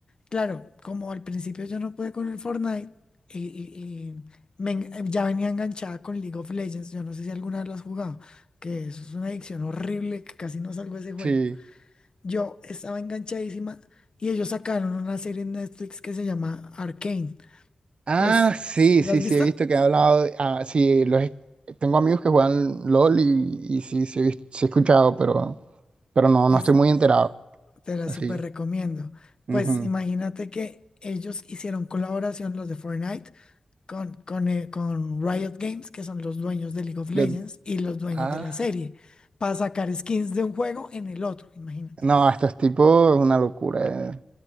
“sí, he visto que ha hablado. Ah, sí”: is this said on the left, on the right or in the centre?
Right